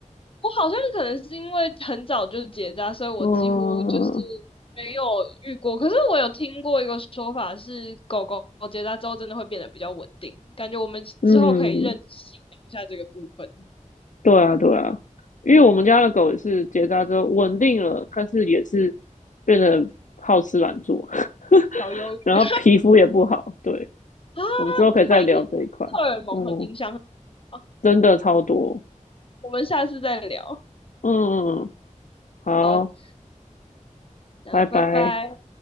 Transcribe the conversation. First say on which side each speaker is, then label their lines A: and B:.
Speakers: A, on the left (about 45°); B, on the left (about 70°).
A: 我好像可能是因为很早就结扎，所以我几乎就是
B: 嗯
A: 没有遇过。可是我有听过一个说法是，狗狗结扎之后真的会变得比较稳定，感觉我们之后可以认识一下这个部分。
B: 嗯，对啊对啊，因为我们家的狗也是结扎之后稳定了，但是也是变得好吃懒做，<laughs>
A: 小忧郁
B: 然后皮肤也不好。对，
A: <laughs> 啊，
B: 我们之后可以再聊这一块。
A: 它影荷尔蒙很影响很大
B: 嗯，真的超多。
A: 我们下次再聊。
B: 嗯，好，
A: 好那拜拜。
B: 拜拜。